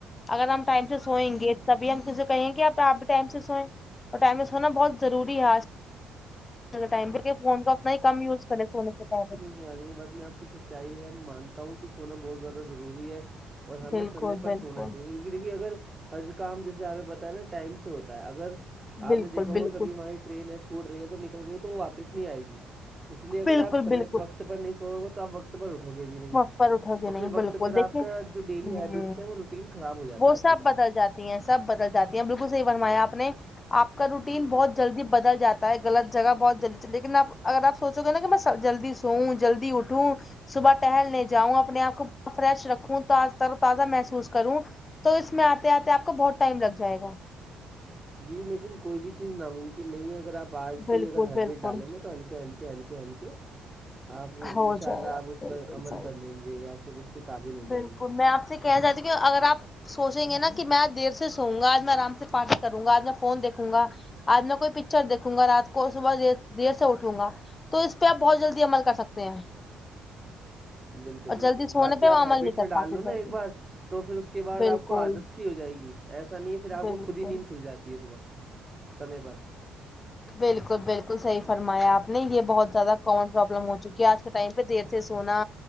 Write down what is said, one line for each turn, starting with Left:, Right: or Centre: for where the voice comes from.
Left: اگر ہم ٹائم سے سوئیںے تبھی ہم کسی سے کہیں گے کہ آپ آپ بھی ٹائم سے سوئیں اور ٹائم پہ سونا بہت ضروری ہے اج کل کے ٹائم پہ فون کو اپنا ہی کم یوز کریں سونے سے پہلے
Right: ہماری یہ بات میں آپ کی سچائی ہے مانتا ہوں کہ سونا بہت زیادہ ضروری ہے اور ہمیں
Left: بالکل
Right: سمے پر
Left: بالکل
Right: سونا چاہیے دیکھیے اگر ہر کام جیسے ہمپیں پتاہ ہے نا ٹائم سے ہوتا ہے اگر
Left: بالکل
Right: آپ نے دیکھا ہوا
Left: بالکل
Right: کبھی مائٹ ٹرین ہے چھوٹ رہی ہے تو نکل گئی تو وہ واپس نہیں آئے گی اس لیے اگر
Left: بالکل
Right: آپ سمے
Left: بالکل
Right: پہ وقت بنی سوگے تو وقت <unintelligible> وقت پر اٹھو گے بھی نہیں
Left: وقت پر اٹھو
Right: اور
Left: گے نہیں
Right: پھر وقت
Left: بالکل
Right: پر
Left: دیکھیے
Right: آپ کا ڈیلی
Left: ہوں
Right: ہیبٹس ہے ٹین خراب ہو جاتا
Left: وہ
Right: ہے
Left: سب
Right: پورا
Left: بدل جاتی ہیں سب بدل جاتے ہیں بالکل صحیح فرمایا آ نے آپ کا روٹین
Right: جی،
Left: بہت
Right: جی۔
Left: جلدی بدل جاتا ہے غلط جگہ بہت جلدی لیکن آپ اگر آپ سوچو گے نا کہ میں جلدی سوؤں جلدی اٹھوں صبح ٹہلنےے جاؤں اپنے آپ کو فریش رکھوں تر و تازہ محسوس کروں تو اس میں آتے آتے آپ کو بہت ٹائم لگ جائے گا
Right: جی لیکن کوئی بھی چیز ناممکن نہیں ہے اگر آپ بعد
Left: بالکل
Right: سے ہی اگر ہیبٹ
Left: بالکل
Right: ڈالیں گے تو ہلکے ہلکے ہلکے ہلکے آپ ان
Left: ہو جائے
Right: شاء اللہ
Left: گا
Right: آپ اس
Left: بالکل
Right: پر عمل
Left: صحیح
Right: کر لیں گے یا پھر اس کے قابل ہو
Left: بالکل
Right: جائیں گے
Left: میں آپ سے کہنا چاہتی ہوں کہ اگر آپ سوچیں گے نا کہ میں آج دیر سے سووں گا آج میں آرام سے پارٹی کروں گا آج میں فون دیکھوں گا آج میں کوئی پکچر دیکھوں گا رات کو صبح دیر سے اٹھوں گا تو اس پہ آپ بہت جلدی عمل کر سکتے ہیں
Right: بالکل
Left: اور
Right: بالکل
Left: جلدی سونے
Right: باقی
Left: پہ
Right: آپ
Left: وہ عمل
Right: ہیبٹس
Left: نہیں کر
Right: میں ڈال
Left: پاتے
Right: لوں نا
Left: جلدی
Right: ایک بار تو پھر اس کے بعد
Left: بالکل
Right: آپ کو عادت سی ہو جائے گی ایسا نہیں ہے پھر آپ
Left: بالکل
Right: کو خود ہی نیند کھل جاتی ہے صبح سمے پر
Left: بالکل بالکل صحیح فرمایا آپ نے یہ بہت زیادہ کامن پروابلم ہو چکی ہے آج کے ٹائم پہ دیر سے سونا